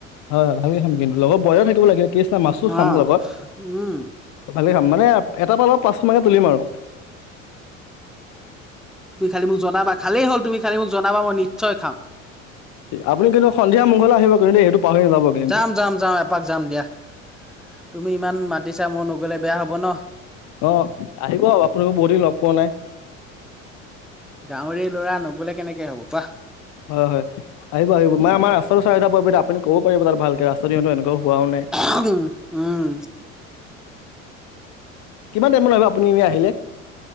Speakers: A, on the left; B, in the centre.
A: হয় হয় ভালকে খাম কিন্তু লগত বইলাৰ থাকিব লাগে কেছ নাই, মাছো খাম
B: অ
A: লগত।
B: উম
A: ভালে খাম মানে এটা পা পাঁচ মানে তুলিম আৰু।
B: খালী মোক জনাবা, খালেই হ'ল তুমি খালী মোক জনাবা মই নিশ্চয় খাম।
A: আপুনি কিন্তু সন্ধিয়া মোৰ ঘৰলৈ আহিব কিন্তু সেইটো পাহৰি নাযাব কিন্তু
B: যাম যাম যাম এপাক যাম দিয়া, তুমি ইমান মাতিছা মই নগ'লে বেয়া হ'ব ন।
A: অ আহিব আপোনালোকক বহু দিন লগ পোৱা নাই।
B: গাঁৱৰেই ল'ৰা নগলে কেনেকে হ'ব, কোৱা?
A: হয় হয়। আহিব আহিব মই আমাৰ ৰাস্তটো চাই এটা পাব আপুনি ক'ব পাৰিব তাত ভালকে ৰাস্তাটো সিহঁত এনেকুৱা হোৱাও নাই।
B: উম।
A: কিমান টাইমত আহিব আপুনি আহিলে?